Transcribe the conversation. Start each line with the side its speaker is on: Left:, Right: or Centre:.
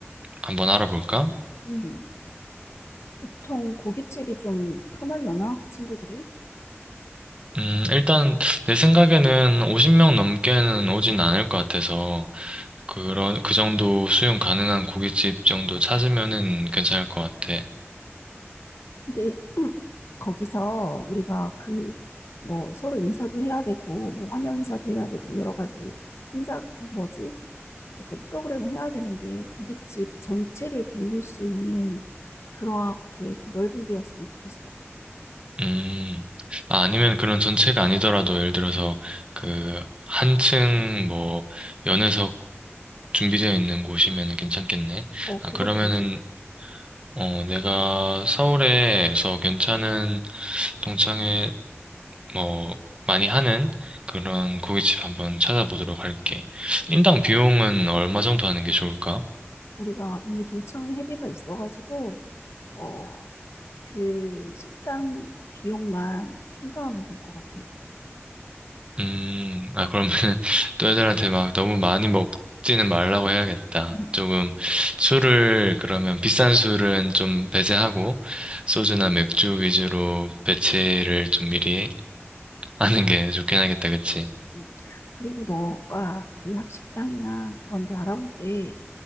Right: 한번 알아볼까?
Left: 음, 보통 고깃집이 좀 편하려나? 친구들이?
Right: 음, 일단 내 생각에는 50명 넘게는 오진 않을 것 같아서 그런 그 정도 수용 가능한 고깃집 정도 찾으면은 괜찮을 것 같아.
Left: 근데 <clears throat> 거기서 우리가 그 뭐 서로 인사도 해야 되고 뭐 환영 인사도 해야 되고 뭐 여러 가지 행사 뭐지? 어떤 프로그램을 해야 되는데 고깃집 전체를 빌릴 수 있는 그렇게 좀 넓은 데였으면 좋겠어.
Right: 음. 아, 아니면 그런 전체가 아니더라도 예를 들어서 그 한층 뭐 연회석 준비되어 있는 곳이면 괜찮겠네.
Left: 어,
Right: 아,
Left: 그것도
Right: 그러면은,
Left: 괜찮아.
Right: 어, 내가 서울에서 괜찮은 동창회, 뭐, 많이 하는 그런 고깃집 한번 찾아보도록 할게. 인당 비용은 얼마 정도 하는 게 좋을까?
Left: 우리가 이미 동창회 회비가 있어가지고 어, 그 식당 비용만 충당하면 될 것 같아.
Right: 음, 아, 그러면 <laughs> 또 애들한테 막 너무 많이 먹지는 말라고 해야겠다.
Left: 음,
Right: 조금 술을, 그러면 비싼 술은 좀 배제하고, 소주나 맥주 위주로 배치를 좀 미리 <laughs> 하는 게 좋긴 하겠다, 그치?
Left: 음. 그리고 너가 그 학식당이나 그런 데 알아볼 때,